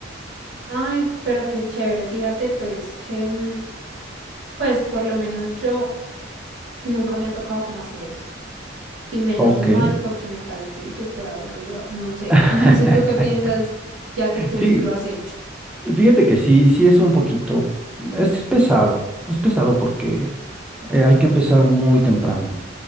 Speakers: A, on the right (about 70°); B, in the centre.
A: Ay, pero qué chévere, fíjate pues que mm, pues por lo menos yo nunca me ha tocado como hacer eso. Y menos
B: Ok.
A: mal porque me parece súper aburridor. No sé,
B: <laughs>
A: <laughs> no sé tú qué piensas ya que tú
B: Fí-
A: sí lo has hecho.
B: Fíjate que sí, sí es un poquito, es pesado, es pesado porque eh, hay que empezar muy temprano,